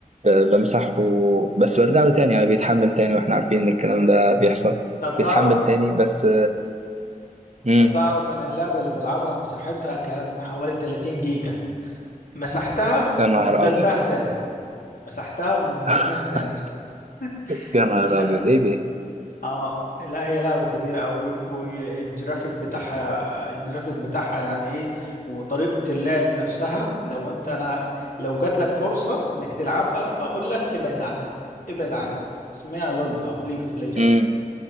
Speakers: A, on the right (about 55°); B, on the left (about 80°).
A: آه، بمسحه بس برجع له تاني يعني بيتحمل تاني وإحنا عارفين إن الكلام ده بيحصل
B: طب
A: بيتحمل
B: تعرف
A: تاني بس مم.
B: طب تعرف انا اللعبة اللي بلعبها مساحتها كام حوالي 30 جيجا مسحتها
A: يا نهار
B: ونزلتها
A: أبيض
B: تاني مسحتها ونزلتها
A: <laughs>
B: تاني
A: يا
B: <laughs>
A: نهار
B: مش
A: أبيض إيه ده؟
B: اه لا هي لعبة كبيرة قوي والجرافيك بتاعها الجرافيك بتاعها يعني ايه وطريقة اللعب نفسها لو انت انا لو جات لك فرصة انك تلعبها اقول لك ابعد عنها ابعد عنها اسمها لول او ليج اوف ليجند
A: مم.